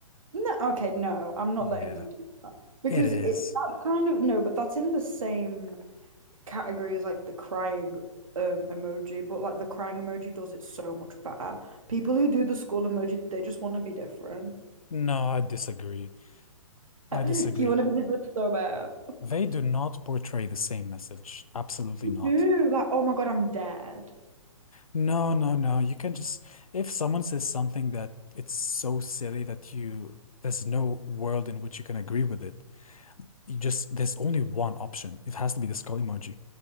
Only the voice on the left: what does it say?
Yeah,
it is.
No, I disagree. I
disagree.
They do not portray the same message. Absolutely
not.
No, no, no. You can just, if someone says something that it's so silly that you, there's no world in which you can agree with it, you just there's only one option. It has to be the skull emoji.